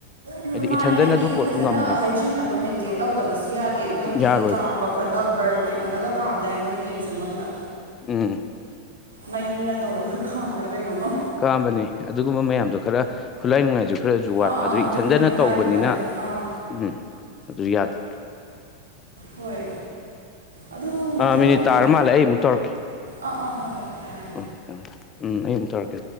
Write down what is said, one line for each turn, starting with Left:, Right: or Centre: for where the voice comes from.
Right: ꯎꯝ
Left: ꯍꯥꯏꯗꯤ
Right: ꯃꯥꯅꯦ
Left: ꯏꯊꯟꯗꯅ
Right: ꯍꯥꯏꯗꯤ
Left: ꯑꯗꯨ ꯄꯣꯠꯇꯣ
Right: ꯐꯥꯖꯅ
Left: ꯉꯝꯃꯣꯏꯕ
Right: ꯍꯥꯏꯖꯤꯟ ꯑꯃ ꯃꯦꯟꯇꯦꯟ ꯇꯧꯗꯕꯁꯨ ꯌꯥꯗꯦ ꯃꯣꯏꯒꯤ
Left: ꯌꯥꯔꯣꯏꯕ
Right: ꯀꯥꯝꯕ ꯈꯣꯠꯄ ꯑꯕꯔ ꯀꯩꯅꯣꯅꯒ ꯀꯥꯝꯗꯥꯏꯅ ꯃꯣꯏ ꯌꯦꯟ ꯁꯦꯝꯕꯝꯗꯣ
Left: ꯎꯝ
Right: ꯃꯩꯅ ꯇꯧꯔꯒ ꯈꯥꯝꯕ꯭ꯔꯥ ꯀꯩꯅꯣꯃ
Left: ꯀꯥꯝꯕꯅꯤ ꯑꯗꯨꯒꯨꯝꯕ ꯃꯌꯥꯝꯗꯣ ꯈꯔ ꯈꯨꯠꯂꯥꯏ ꯅꯨꯡꯉꯥꯏꯁꯨ ꯈꯔꯖꯨ ꯋꯥꯠꯄ
Right: ꯑꯥ ꯑꯥ
Left: ꯑꯗꯨ
Right: ꯑꯥ ꯑꯗꯨꯒꯤ
Left: ꯏꯊꯟꯗꯅ
Right: ꯃꯣꯏ ꯈꯨꯠꯂꯥꯏꯒꯨꯝꯕ
Left: ꯇꯧꯕꯅꯤꯅ
Right: ꯂꯩ ꯑꯥ
Left: ꯎꯝ ꯑꯗꯨ ꯌꯥꯗꯦ
Right: ꯍꯣꯏ ꯑꯗꯨ ꯃꯊꯪ
Left: ꯑꯥ ꯃꯤꯅꯤꯠ
Right: ꯃꯊꯪ
Left: ꯇꯥꯔ ꯃꯥꯜꯂꯦ ꯑꯩ ꯑꯃꯨꯛ ꯇꯧꯔꯛꯀꯦ
Right: ꯑꯥ ꯑꯥ ꯍꯣꯏ ꯍꯣꯏ ꯌꯥꯔꯦ
Left: ꯍꯣꯏ ꯎꯝ ꯑꯩ ꯑꯃꯨꯛ ꯇꯧꯔꯀ